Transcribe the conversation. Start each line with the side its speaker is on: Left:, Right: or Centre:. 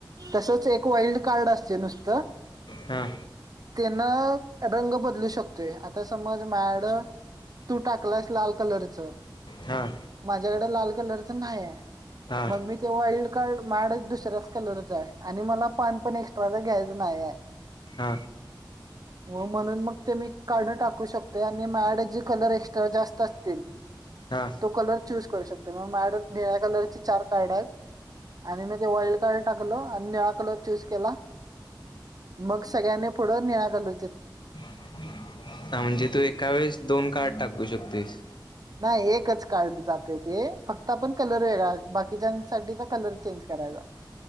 Right: तसच एक वाईल्ड कार्ड असते नुसतं
Left: हा
Right: त्यांना रंग बदलू शकतोय आता समज माझ्याकड तू टाकलायस लाल कलरच
Left: हा
Right: माझ्याकडे लाल कलरच नाहीय.
Left: हा
Right: मग मी ते वाईल्ड कार्ड माझ्याकड पणदुसऱ्याच कलरच आहे आणि मला पान पण एक्स्ट्राचा घ्यायचं नाही. आहे.
Left: अ
Right: हो म्हणून मग ते मी कार्ड टाकू शकतोय आणि माझ्याकड कलर एक्स्ट्रा जास्त असतील.
Left: हा
Right: तो कलर चूज करू शकतो मग मॅड निळ्या कलरची चार कार्ड आहेत. आणि मी ते वाईल्ड कार्ड टाकलो आणि निळा कलर चूस केला. मग सगळ्यांनी पुढं निळा कलर
Left: ह म्हणजे तू एका वेळेस दोन कार्ड टाकू शकतोस.
Right: नाही एकच कार्ड जाते ते फक्त आपण कलर वेगळा बाकीच्यासाठी तर कलर चेंज करायचा.